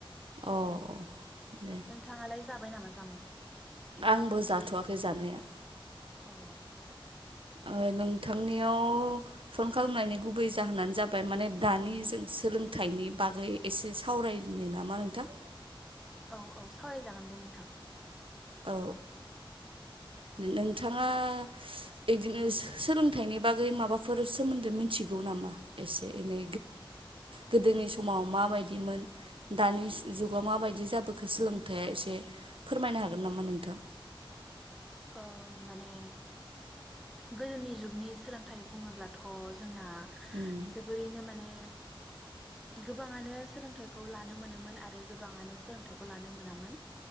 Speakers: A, on the right; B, in the centre.
A: अ अ दे
B: नोंथाङालाय? जाबाय नामा जामुं?
A: आंबो जाथ'वाखै जानाया
B: अ
A: ओ नोंथांनियाव फन खालामनायनि गुबै जाहोनानो जाबाय माने दानि जों सोलोंथाइनि बागै एसे सावरायनो नामा नोंथां
B: औ औ सावरायजागोन दे नोंथां
A: औ नोंथाङा बिदिनो सोलोंथाइनि बागै माबाफोर सोमोनदै मिथिगौ नामा? एसे एनै गोदोनि समाव माबादिमोन दानि जुगाव माबादि जाबोखो सोलोंथाइआ एसे फोरमायनो हागोन? हागोन नामा नोंथां?
B: औ माने गोदोनि जुगनि सोलोंथाइ बुङोब्लाथ' जोंना
A: उम
B: जोबोरैनो माने गोबाङानो सोलोंथाइखौ लानो मोनोमोन आरो गोबाङानो सोलोंथाइखौ लानो मोनामोन